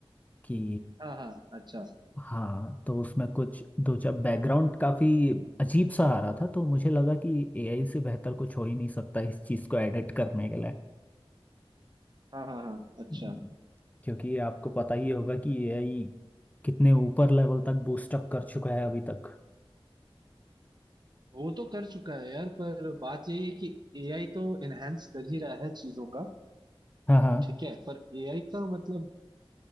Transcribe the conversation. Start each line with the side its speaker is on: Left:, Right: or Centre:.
Left: कि
Right: हाँ हाँ अच्छा
Left: हाँ तो उसमें कुछ दो चार बैकग्राउंड काफी अजीब सा आ रहा था तो मुझे लगा कि एआई से बेहतर कुछ हो ही नहीं सकता इस चीज को एडिट करने के लिए
Right: हाँ हाँ हाँ अच्छा
Left: हम्म, क्योंकि आपको पता ही होगा कि एआई कितने ऊपर लेवल तक बूस्ट अप कर चुका है अभी तक
Right: वो तो कर चुका है यार पर बात यही है कि एआई तो एनहेंस कर ही रहा है चीजों का
Left: हाँ हाँ
Right: ठीक है पर एआई का मतलब